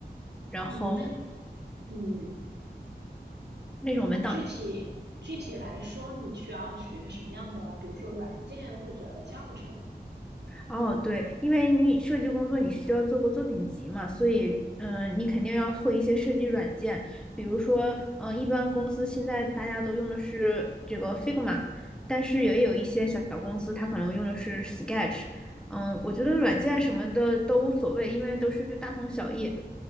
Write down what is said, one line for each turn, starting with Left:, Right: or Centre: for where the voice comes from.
Centre: 然后。
Right: 嗯，那嗯，
Centre: 那种文档。
Right: 那具体具体来说，你需要学什么样的，比如说软件或者教程呢？
Centre: 哦，对，因为你设计工作你需要做个作品集嘛，所以嗯、呃你肯定要会一些设计软件，比如说嗯、呃一般公司现在大家都用的是这个 Figma，但是也有一些小小公司它可能用的是 Sketch，嗯、我觉得软件什么的都无所谓，因为都是大同小异。